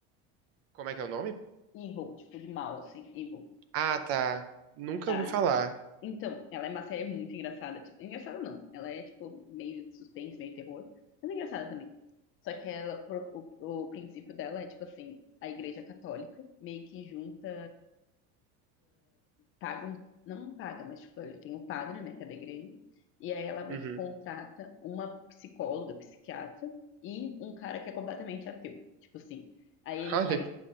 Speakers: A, on the right (about 40°); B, on the left (about 35°).
A: Como é que é o nome?
B: Evil, tipo de mal, assim, Evil.
A: Ah, tá. Nunca
B: Ah,
A: ouvi falar.
B: Então, ela é uma série muito engraçada. Tipo, engraçada não. Ela é, tipo, meio de suspense, meio terror. Mas é engraçada também. Só que ela, por- o, o princípio dela é, tipo assim, a igreja católica meio que junta, paga, um- não paga, mas, tipo, tem o padre, né, que é da igreja. E aí ela meio
A: Uhum.
B: que contrata uma psicóloga, psiquiatra e um cara que é completamente ateu. Tipo assim. Aí,
A: Olha.
B: mas